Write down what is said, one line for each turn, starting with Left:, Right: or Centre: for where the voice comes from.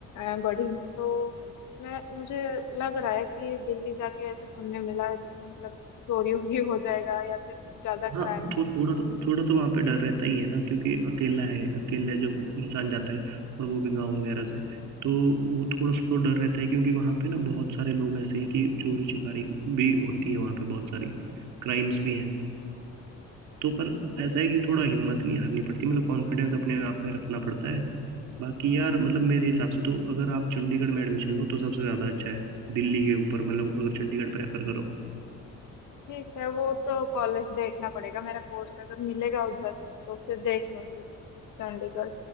Left: अ, बड़ी हूँ तो मैं मुझे लग रहा है कि दिल्ली जाके ऐसे सुनने मिला मतलब चोरी वोरी हो जाएगा या फिर ज्यादा
Right: हाँ
Left: क्राइम
Right: थो, थोड़ा तो थोड़ा तो वहाँ पे डर रहता ही है ना क्योंकि अकेला है अकेले जब इंसान जाता है और वो भी गाँव वगैरह से तो वो थोड़ा सा तो डर रहता है क्योंकि वहाँ पे ना बहुत सारे लोग ऐसे हैं कि चोरी चकारी भी होती है वहाँ पे बहुत सारी क्राइम्स भी हैं तो पर
Left: हम्म,
Right: ऐसा है कि थोड़ा हिम्मत नहीं हारनी पड़ती मतलब कॉन्फिडेंस अपने आप में रखना पड़ता है बाकी यार मतलब मेरे हिसाब से तो अगर आप चंडीगढ़ में एडमिशन लो तो सबसे ज़्यादा अच्छा है दिल्ली के ऊपर मतलब अगर चंडीगढ़ प्रेफर करो
Left: ठीक है वो तो कॉलेज देखना पड़ेगा मेरा कोर्स अगर मिलेगा उधर तो फिर देख लूंगी चंडीगढ़